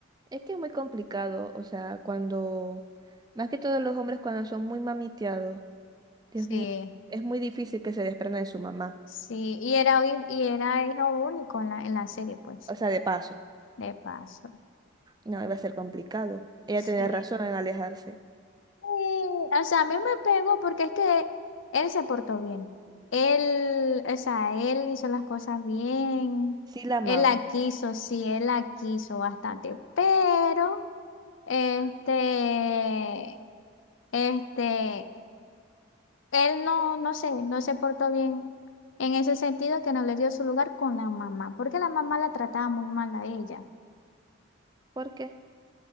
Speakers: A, on the right (about 20°); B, on the left (about 70°).
A: Es que es muy complicado, o sea, cuando, más que todos los hombres cuando son muy mamiteados, Dios
B: Sí,
A: mío, es muy difícil que se desprendan de su mamá.
B: Sí, y era, hi- y era hijo único en la, en la serie, pues,
A: O sea, de paso,
B: de paso.
A: no, iba a ser complicado. Ella
B: sí.
A: tenía razón en alejarse.
B: Sí, o sea, a mí me pegó porque es que él se portó bien. Él, o sea, él hizo las cosas bien.
A: Sí la amaba.
B: Él la quiso, sí, él la quiso bastante. Pero, este, este, él no, no sé, no se portó bien en ese sentido que no le dio su lugar con la mamá, porque la mamá la trataba muy mal a ella.
A: ¿Por qué?